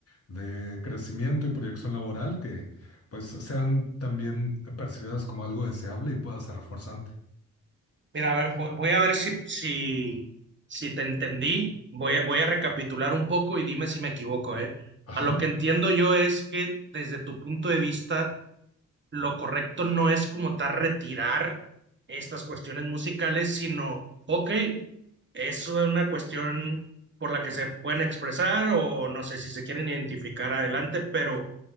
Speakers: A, on the left (about 35°); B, on the right (about 30°).
A: de crecimiento y proyección laboral que pues sean también percibidas como algo deseable y pueda ser reforzante.
B: Mira, a ver, voy, voy a ver si, si, si te entendí. Voy a, voy a recapitular un poco y dime si me equivoco, ¿eh?
A: Ajá.
B: A lo que entiendo yo es que desde tu punto de vista, lo correcto no es como tal retirar estas cuestiones musicales, sino, ok, es una cuestión por la que se pueden expresar o no sé si se quieren identificar adelante, pero